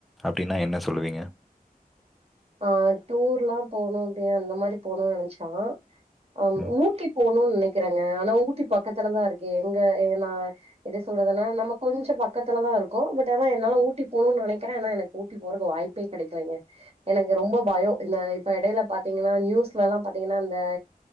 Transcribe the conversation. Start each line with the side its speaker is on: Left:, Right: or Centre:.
Centre: அப்படின்னா என்ன சொல்லுவீங்க
Right: ஆஹ் டூர்லாம் போகணும் அப்படி அந்த மாரி போகணும் நினைச்சா ஆ
Centre: ம்.
Right: ஊட்டி போணுன்னு நினைக்கிறேங்க ஆனா ஊட்டி பக்கத்துலதான் இருக்குே எங்க நான் எப்படி சொல்றதுன்னா நம்ம கொஞ்சோ பக்கத்துலதான் இருக்கோ பட் ஆனா என்னால ஊட்டி போணுன்னு நினைக்கிறே ஆனா எனக்கு ஊட்டி போறதுக்கு வாய்ப்பே கிடைக்கலைீங்க எனக்கு ரொம்ப பயம் இந்த இப்ப இடையில பாத்தீங்கனா நியூஸ்ல எல்லாம் பாத்தீங்கனா அந்த